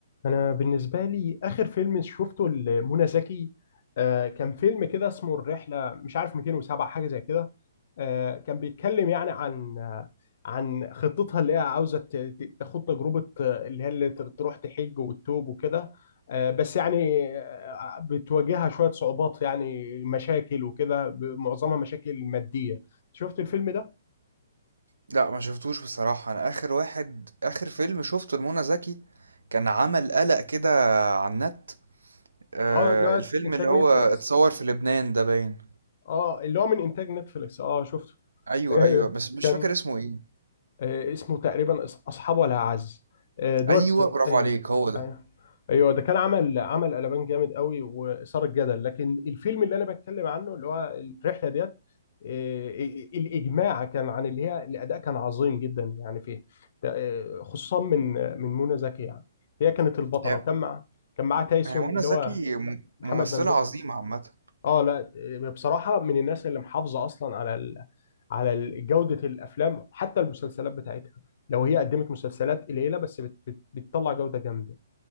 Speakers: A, on the left; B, on the right.
A: انا بالنسبه لي اخر فيلم شفته لمنى زكي آه كان فيلم كده اسمه الرحله مش عارف 207 حاجه زي كده آه كان بيتكلم يعني عن آه عن خطتها اللي هي عاوزه ت- ت- تاخد تجربه آه، اللي هي اللي ت- تروح تحج وتتوب وكده آه بس يعني آه بتواجهها شويه صعوبات يعني مشاكل وكده ب- معظمها مشاكل ماديه شفت الفيلم ده؟
B: لا ما شفتوش بصراحة انا اخر واحد اخر فيلم شفته لمنى زكي كان عمل قلق كده على النت آه
A: اه اللي هو
B: الفيلم
A: انتاج
B: اللي هو
A: نتفليكس
B: اتصور في لبنان ده باين
A: اه اللي هو من انتاج نتفليكس اه شفته
B: ايوه
A: <laughs>
B: ايوه بس مش
A: كان
B: فاكر اسمه ايه
A: آه، اسمه تقريبا أص- اصحاب ولا اعز آه، دوت
B: ايوه برافو
A: ايوه
B: عليك هو ده
A: ايوه ايوه ده كان عمل عمل قلبان جامد قوي واثار الجدل لكن الفيلم اللي انا بتكلم عنه اللي هو الرحله ديت آه، الاجماع كان عن اللي هي الاداء كان عظيم جدا يعني فيه آه، خصوصا من من منى زكي يعني هي كانت البطله
B: هي
A: وكان مع كان معاه تايسون
B: هي منى
A: اللي
B: زكي
A: هو
B: م-
A: محمد
B: ممثلة
A: ممدوح
B: عظيمة عامة
A: اه لا بصراحة من الناس اللي محافظة أصلا على ال... على ال- جودة الأفلام حتى المسلسلات بتاعتها لو هي قدمت مسلسلات قليلة بس بت... بت... بتطلع جودة جامدة